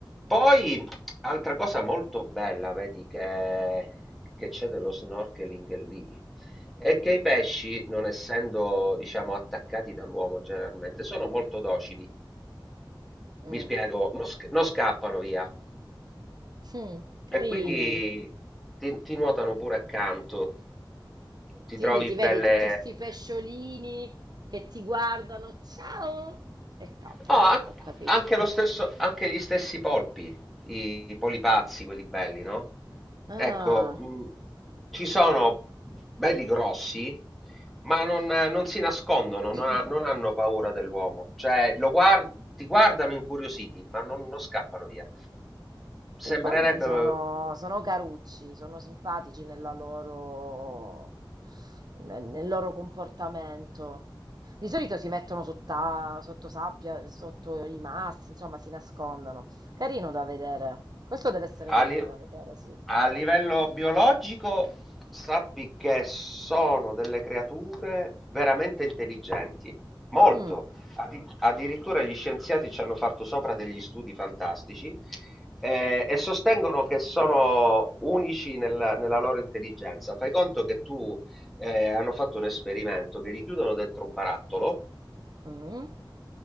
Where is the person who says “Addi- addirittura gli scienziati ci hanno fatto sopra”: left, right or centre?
Centre